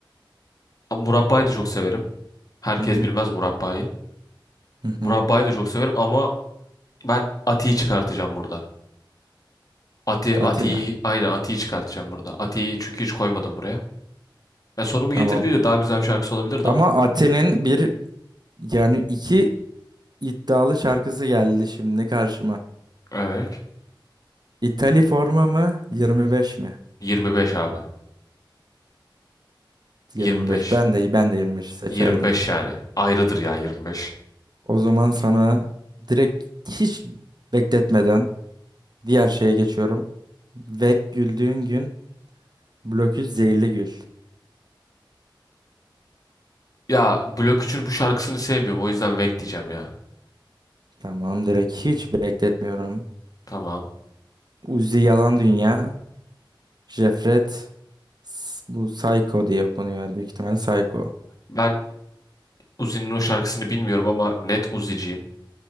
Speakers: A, on the left; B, on the right.
A: Ama Murabbayı da çok severim. Herkes
B: Hı hı.
A: bilmez murabbayı.
B: Hı hı.
A: Murabbayı da çok severim ama ben Ati'yi çıkartacağım burada. Ati
B: Ati
A: Ati'yi
B: mi?
A: aynen Ati'yi çıkartacağım burada. Ati'yi çünkü hiç koymadım buraya. Ya sonumu
B: Tamam.
A: getirdiği de daha güzel bir şarkısı olabilirdi
B: Ama
A: ama.
B: Ati'nin bir yani iki iddialı şarkısı geldi şimdi karşıma.
A: Evet.
B: İtali forma mı? 25 mi?
A: 25 abi. 25.
B: 25. Ben de ben de 25 seçerdim.
A: 25 yani. Ayrıdır ya 25.
B: O zaman sana direkt hiç bekletmeden Diğer şeye geçiyorum. Ve güldüğün gün blokü zehirli gül.
A: Ya Blok 3'ün bu şarkısını sevmiyorum. O yüzden Vek diyeceğim ya.
B: Tamam direkt hiç bekletmiyorum.
A: Tamam.
B: Uzi Yalan Dünya. Jefret. s- Bu Psycho diye okunuyor. Büyük ihtimal Psycho.
A: Ben Uzi'nin o şarkısını bilmiyorum ama net Uzi'ciyim.